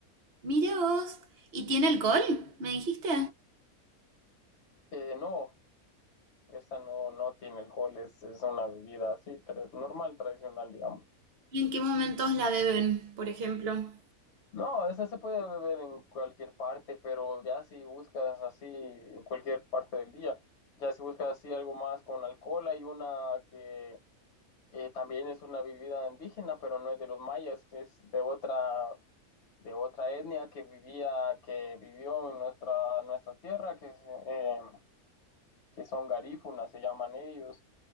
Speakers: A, on the right; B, on the left.
A: Mira vos. ¿Y tiene alcohol? ¿Me dijiste?
B: Eh, no, esa no, no tiene alcohol, es, es una bebida así, tra- normal, tradicional, digamos.
A: ¿Y en qué momentos la beben, por ejemplo?
B: No, esa se puede beber en cualquier parte, pero ya si buscas así en cualquier parte del día, ya si buscas así algo más con alcohol, hay una que eh, también es una bebida indígena, pero no es de los mayas, que es de otra, de otra etnia que vivía, que vivió en nuestra, nuestra tierra, que es, eh, que son garífunas, se llaman ellos,